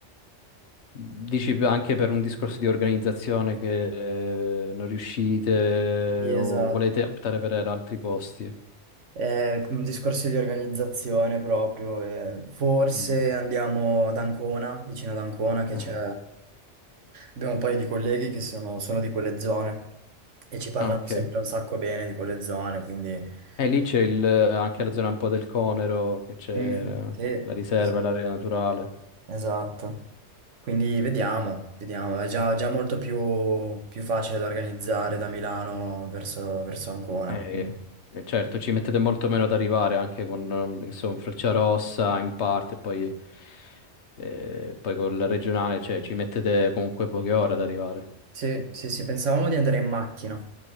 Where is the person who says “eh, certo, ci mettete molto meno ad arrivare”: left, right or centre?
Left